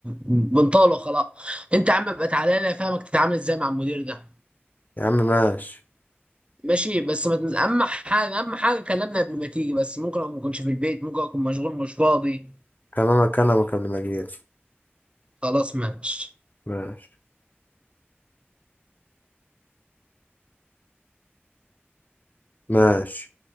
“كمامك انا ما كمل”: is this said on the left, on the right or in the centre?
Left